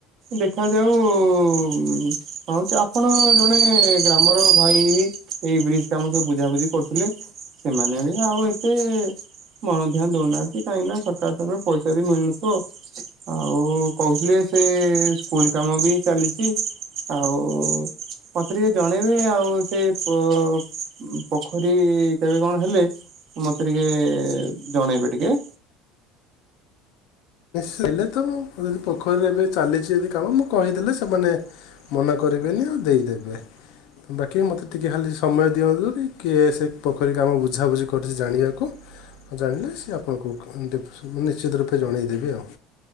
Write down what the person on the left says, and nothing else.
ହେଲେ ତ ମୁ ଯଦି ପୋଖରୀରେ ଏବେ ଚାଲିଛି ଯଦି କାମ ମୁଁ କହିଦେଲେ ସେମାନେ ମନା କରିବେନି ଆଉ ଦେଇଦେବେ। ବାକି ମୋତେ ଟିକିଏ ଖାଲି ସମୟ ଦିଅନ୍ତୁ କି କିଏ ସେ ପୋଖରୀ କାମ ବୁଝାବୁଝି କରୁଛି ଜାଣିବାକୁ ଜାଣିଲେ ସେ ଆପଣଙ୍କୁ ନିଶ୍ଚିତ ରୂପେ ଜଣେଇଦେବି ଆଉ